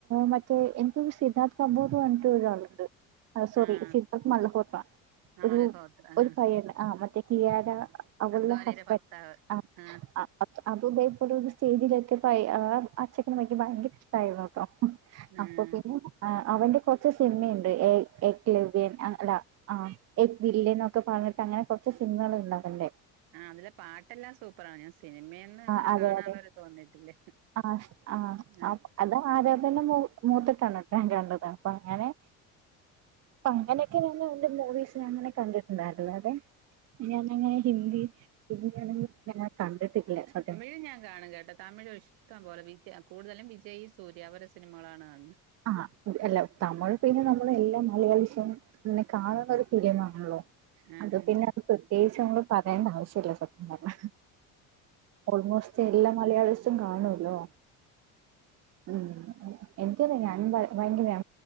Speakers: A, on the right; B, on the right.
A: മറ്റേ എനിക്ക് സിദ്ധാർത്ഥ് കബൂർ പറഞ്ഞിട്ട് ഒരാളുണ്ട് സോറി
B: ആഹ്
A: സിദ്ദഹ് മൽഹോത്ര
B: അമൽ
A: ഒരു
B: ഹോത്ര
A: ഒരു
B: ആ
A: പയ്യന് ആ മറ്റേ കിയാര അവൾളുടെ
B: അദ്വാനിയുടെ
A: ഹസ്ബന്റ്
B: ഭർത്താവ്
A: ആഹ്
B: ആ
A: ആഹ് ഒകെ അതും ഇതേപലെ ഒരു സ്റ്റേജിൽെത്തിയപ്പോ ആഹ് അച്ചക്കന വക്ക് ഭയങ്കര ഇഷ്ടമായിരുന്നു കേട്ടോ
B: ഉം
A: അപ്പൊ പിന്നെ അവന്റെ കുറച്ച് സിനിമയുണ്ട് എ എക്ലിയ വൻ അല്ല ആഹ് എക് വില്ലി എന്നൊക്കെ പറഞ്ഞിട്ട് അങ്ങനെ കുറച്ച് സിനിമകൾ ഉണ്ടവന്റെ
B: ആഹ് അതില പാട്ടെല്ലാം സൂപ്പറാണ് ഞാൻ സിനിമയിൽ ന്ന് അങ്ങനെ
A: ആ അതെ
B: കാണാനുള്ളരു
A: അതെ
B: തോന്നിട്ടില്ല
A: ആഹ് ആഹ്
B: എ
A: അത് ആര തന്നെ മൂ മൂത്തിട്ടാണ് എട്ടൻ കണ്ടത് അപ്പൊ അങ്ങനെ ഇപ്പ അങ്ങനെയൊക്കെ ഞാന് മൂവീസിന്അങ്ങനെ കണ്ടിട്ടുണ്ടായിരുന്നു അതെ ഞാനങ്ങനെ ഹിന്ദി ഹിന്ദിയാണെങ്കി ഞാൻ കണ്ടിട്ടില്ല സത്യം
B: ഇത് ഞാൻ കാണും കേട്ടോ തമിഴ് ഇഷ്ടം പോലെ വിജയ് കൂടുതലും വിജയ് സൂര്യ അവരെ സിനിമകളാണ് കാണണത്
A: ആഹ് അല്ല തമിഴ് പിന്നെ നമ്മള് എല്ലാ മലയാളിഷും പിന്നെ കാണുന്നത് ഫിലിംആണല്ലോ
B: ആ
A: അത്
B: ആ
A: പിന്നെ അത് പ്രത്യേകിച്ച് നമ്മള് പറയണ്ട ആവശ്യ ഇല്ല സത്യം പറഞ്ഞ ഓൾമോസ്റ്റ് എല്ലാ മലയാളീസും കാണൂല്ലോ
B: ഉം
A: ഉംഎനിക്കതെ ഞാനും
B: ആ
A: ഭ ഭയങ്കര